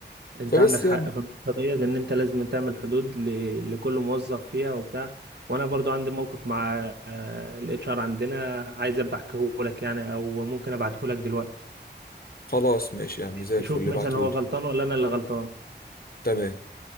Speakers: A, on the right; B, on the left.
A: انت
B: فبس
A: عندك حق
B: يعني
A: في النقطه ديت ان انت لازم تعمل حدود ل... لكل موظف فيها وبتاع وانا برضو عندي موقف مع الاتش ار عندنا عايز ابقى احكيه لك يعني او ممكن ابعته لك دلوقتي
B: خلاص ماشي يا عم زي
A: تشوف
B: الفل اللي
A: مثلا
B: بعتولي
A: هو غلطان ولا انا اللي غلطان
B: تمام